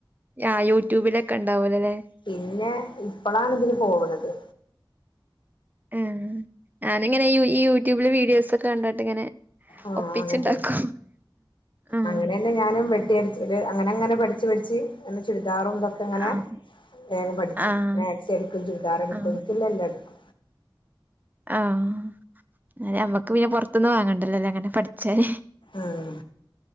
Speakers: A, on the right; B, on the left.
A: ആഹ് യൂട്യൂബിലൊക്കെ ഉണ്ടാവൂലല്ലെ
B: പിന്നെ ഇപ്പളാണ് ഇതിന് പോവണത്
A: ആഹ് ഞാനിങ്ങനെ ഈ യൂട്യൂബില് വീഡിയോസൊക്കെ കണ്ടിട്ട് ഇങ്ങനെ
B: ആഹ്
A: ഒപ്പിച്ചുണ്ടാക്കും
B: അങ്ങനതന്നെ
A: ആഹ്
B: അങ്ങനെ തന്നെ ഞാനും വെട്ടിയടിച്ചത് അങ്ങനെ അങ്ങനെ പഠി പഠിച്ച് പഠിച്ച് എന്നെച്ചോ ചുരിദാറും ഇതൊക്കെ ഇങ്ങനെ
A: ആഹ്
B: വേഗം പഠിച്ചു
A: ആഹ്
B: മാക്സിയടിക്കും ചുരിദാറടിക്കും
A: ആഹ്
B: എനിക്കുള്ള എല്ലാം അടിക്കും
A: ആഹ് നമ്മക്ക് പിന്നെ പുറത്തൊന്ന് വാങ്ങണ്ടല്ലോല്ലെ അങ്ങനെ പഠിച്ചാല്
B: ഉം